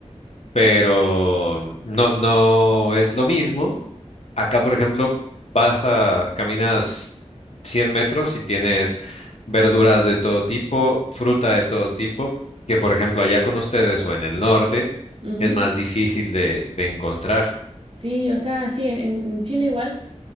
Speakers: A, on the left; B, on the right.
A: pero no, no es lo mismo Acá, por ejemplo, vas a, caminas 100 metros y tienes verduras de todo tipo, fruta de todo tipo, que por ejemplo allá con ustedes o en el norte
B: ujú.
A: es más difícil de, de encontrar.
B: Sí, o sea, sí, en, en Chile igual,